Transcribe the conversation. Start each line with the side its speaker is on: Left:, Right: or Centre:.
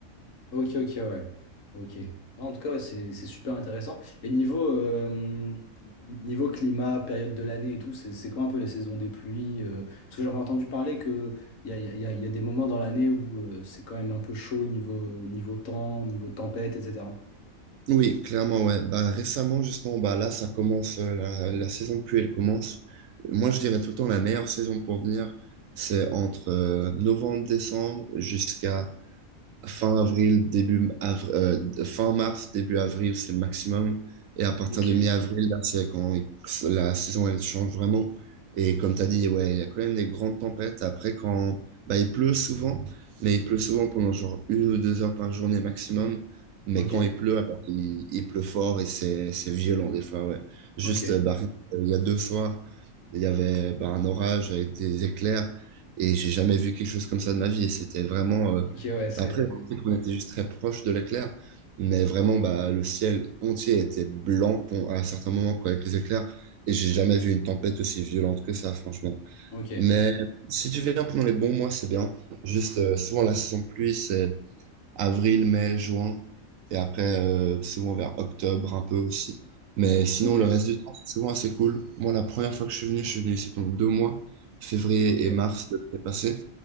Left: Ok, ok, ouais. Ok. En tout cas, ouais, c'est c'est super intéressant. Et niveau, euh, niveau climat, période de l'année et tout, c'est c'est quand un peu les saisons des pluies euh, Parce que j'avais entendu parler qu'il y a, y a, y a y a des moments dans l'année où euh, c'est quand même un peu chaud niveau, euh, niveau temps, niveau tempête, etc.
Right: Oui, clairement, ouais. Bah, récemment, justement, bah, là, ça commence, euh, la, la saison de pluie, elle commence. Moi, je dirais tout le temps, la meilleure saison pour venir, c'est entre euh, novembre, décembre jusqu'à fin avril, début avr- euh, fin mars, début avril, c'est le maximum. Et à partir
Left: Ok,
Right: de mi-avril, là, c'est quand il- la saison elle change vraiment. Et comme tu as dit, ouais, il y a quand même des grandes tempêtes. Après, quand bah, il pleut souvent, mais il pleut souvent pendant genre une ou deux heures par journée maximum. Mais
Left: ok,
Right: quand il pleut, alors il, il pleut fort et c'est c'est violent des fois, ouais. Juste,
Left: ok.
Right: euh, bah, euh, il y a deux soirs, il y avait bah, un orage avec des éclairs et j'ai jamais vu quelque chose comme ça de ma vie. Et c'était vraiment euh,
Left: Ok, ouais, c'est.
Right: après, sais qu'on était juste très proche de l'éclair, mais vraiment, bah, le ciel entier était blanc pour- à certains moments quoi, avec les éclairs. Et j'ai jamais vu une tempête aussi violente que ça, franchement.
Left: Ok,
Right: Mais si tu viens pendant les bons mois, c'est bien. Juste, euh, souvent, la saison de pluie, c'est avril, mai, juin, et après, euh, souvent vers octobre un peu aussi. Mais sinon,
Left: ok,
Right: le reste du temps, c'est souvent assez cool. Moi, la première fois que je suis venu, je suis venu ici pendant deux mois, février
Left: ok,
Right: et mars de l'année passée,